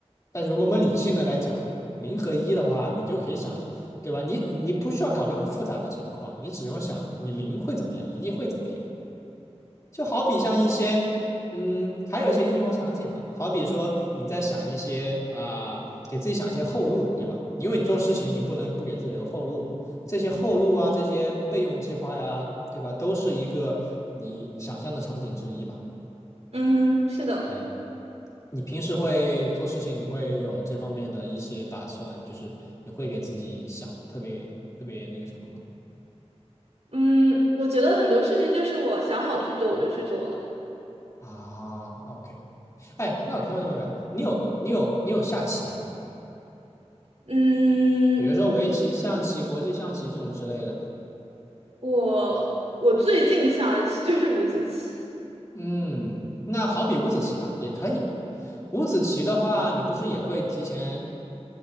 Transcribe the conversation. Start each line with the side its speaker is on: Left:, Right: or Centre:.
Left: 但是如果我们理性的来讲，零和一的话，你就可以想，对吧？你你不需要考虑很复杂的情况，你只用想你零会怎么样，一会怎么样。就好比像一些，嗯，还有一些应用场景吧，好比说你在想一些啊、呃给自己想一些后路，对吧？因为你做事情你不能不给自己留后路嘛。这些后路啊，这些备用计划呀，对吧？都是一个你想象的场景之一吧。
Right: 嗯哼，是的，
Left: 对。你平时会做事情，你会有这方面的一些打算，就是你会给自己想特别特别那个什么吗？
Right: 嗯，我觉得很多事情就是我想好去做，我就去做了。
Left: 啊，OK，哎，那我突然问了，你有你有你有下棋吗？
Right: 嗯，
Left: 比如说围棋、象棋、国际象棋这种之类的。
Right: 我我最近下的棋就是五子棋。
Left: 嗯，那好比五子棋吧，也可以。五子棋的话，你不是也会提前